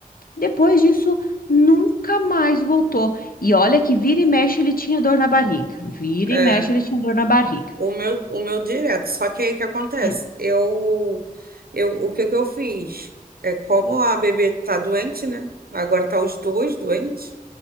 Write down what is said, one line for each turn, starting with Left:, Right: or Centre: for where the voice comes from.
Left: Depois disso, nunca mais voltou. E olha que vira e mexe ele tinha dor na barriga. Vira
Right: É.
Left: e mexe ele tinha dor na barriga.
Right: O meu, o meu direto. Só que aí o que acontece?
Left: É.
Right: Eu, eu, o que que eu fiz? É como a bebê tá doente, né? Agora tá os dois doentes.